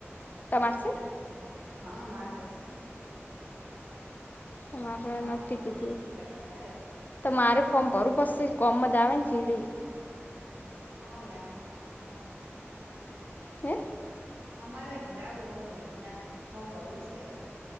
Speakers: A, on the left; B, on the right.
A: તમારે
B: હમ
A: છે
B: જતી હા માતાશે
A: તમારે
B: અમાર
A: નથી
B: ફોર્મ
A: કીધું
B: ભરવું હતું એટલે કઢાય તો અમે
A: તો મારે ફોર્મ ભરું પડશે કોમ જ આવે ને ચીડી
B: ચાલે અમારે આવ હશે, પણ
A: હે
B: અમારે ઘટાવવું હો જ્યાં ફોર્મ ભરવું છે, હવે